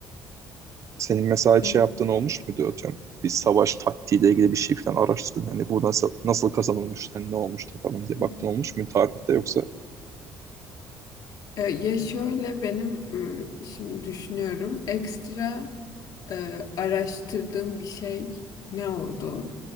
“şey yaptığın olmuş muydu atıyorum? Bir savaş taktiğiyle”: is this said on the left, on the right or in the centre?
Right